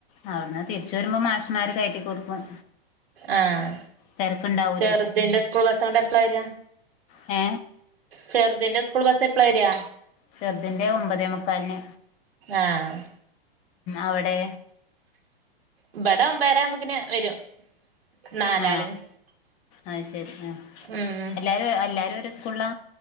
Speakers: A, on the left; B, on the right.
A: അവിടുന്ന് തിരിച്ച് വരുമ്പോ മാഷും മാര് കയറ്റി കൊടുക്കും
B: ആഹ
A: തിരക്കുണ്ടാവൂലേ
B: ചെറുതിന്റെ സ്കൂൾ ബസ് അവിടൊ എപ്പളാ വര.
A: ഏ
B: ചെറുതിൻ്റെ സ്കൂൾ ബസ് എപ്പളാ വര.
A: ചെറുതിൻ്റെ ഒമ്പതേ മുക്കാലിന്.
B: ആഹ്.
A: അവിടെ.
B: ഇബടൊ ഒമ്പതരാവുംമ്പോഴേക്കും വരും. നാലാളെയും
A: ആ അത് ശരി. ഉം.
B: ഉം
A: എല്ലാരും എല്ലാരും ഒരു സ്കൂളാ